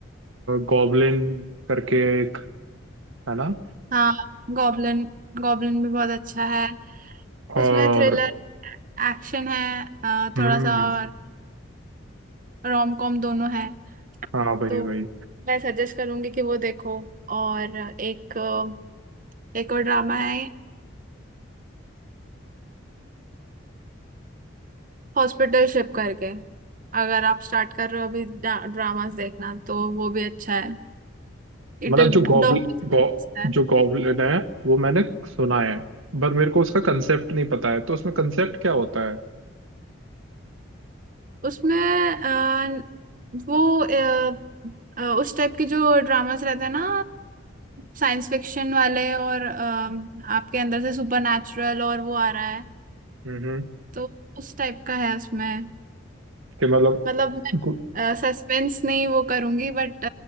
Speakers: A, on the right (about 75°); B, on the right (about 40°).
A: गॉबलिन करके एक है ना
B: हाँ गॉब्लिन गॉब्लिन भी बहुत अच्छा है
A: और
B: उसमें थ्रिलर एक्शन है अ,
A: हम्म
B: थोड़ा सा और रोम कॉम दोनों है
A: हाँ भाई
B: तो
A: भाई
B: मैं सजेस्ट करूंगी कि वो देखो और एक अ, एक और ड्रामा है हॉस्पिटल शिप करके अगर आप स्टार्ट कर रहे हो अभी ड्रामास देखना तो वो भी अच्छा है
A: मतलब
B: It is
A: जो गॉबलिन
B: doctor
A: गौ, जो गॉबलिन है वो मैंने सुना है पर मेरे को उसका कंसेप्ट नहीं पता है तो उसमें कंसेप्ट क्या होता है
B: उसमें अ, वो अ, अ, उस टाइप के जो ड्रामास रहते हैं ना साइंस फिक्शन वाले और अ, आपके अंदर से सुपर नेचुरल और वो आ रहा है
A: हम्म
B: तो उस टाइप का है उसमें
A: कि मतलब
B: मतलब
A: गु-
B: मैं सस्पेंस नहीं वो करूंगी बट